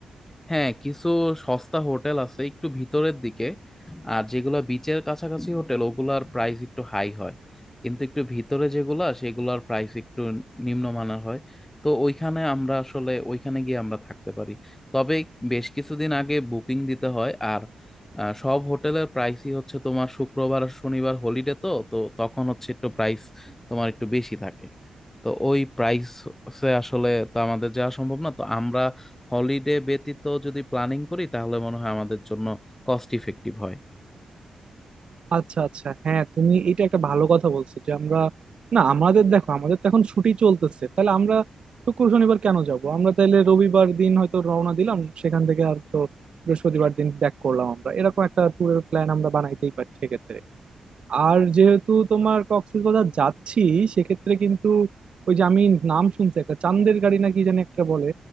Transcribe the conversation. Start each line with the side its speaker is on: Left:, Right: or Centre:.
Left: হ্যাঁ কিছু সস্তা হোটেল আছে একটু ভিতরের দিকে আর যেগুলো বিচের কাছাকাছি হোটেল ওগুলার প্রাইস একটু হাই হয় কিন্তু একটু ভিতরে যেগুলা সেগুলার প্রাইস একটু নিম্নমানের হয় তো ওইখানে আমরা আসলে ওইখানে গিয়ে আমরা থাকতে পারি তবে বেশ কিছুদিন আগে বুকিং দিতে হয় আর আহ, সব হোটেলের প্রাইসই হচ্ছে তোমার শুক্রবার আর শনিবার হলিডে তো তো তখন হচ্ছে একটু প্রাইস তোমার একটু বেশি থাকে তো ওই প্রাইসে আসলে তো আমাদের যাওয়া সম্ভব না তো আমরা হলিডে ব্যতীত যদি প্ল্যানিং করি তাহলে মনে হয় আমাদের জন্য কস্ট ইফেক্টিভ হয়
Right: আচ্ছা আচ্ছা হ্যাঁ তুমি এটা একটা ভালো কথা বলছো যে আমরা না আমাদের দেখো আমাদের তো এখন ছুটি চলতেছে তাহলে আমরা শুক্র শনিবার কেন যাব আমরা তাহলে রবিবার দিন হয়তো রওনা দিলাম সেখান থেকে আর তো বৃহস্পতিবার দিন ব্যাক করলাম আমরা এরকম একটা ট্যুরের প্ল্যান আমরা বানাইতেই পারি সেক্ষেত্রে আর যেহেতু তোমার কক্সবাজার যাচ্ছি সেক্ষেত্রে কিন্তু ওই যে আমি নাম শুনছি একটা চান্দের গাড়ি নাকি জানি একটা বলে